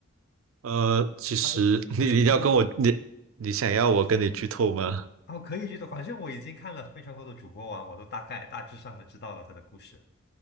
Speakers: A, on the right; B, on the left.
A: 呃，其实
B: 他的不是之前的悟空
A: <laughs> 你你要跟我你你想要我跟你剧透吗？
B: 哦，可以剧透，反正我已经看了非常多的主播网，我都大概大致上的知道了他的故事。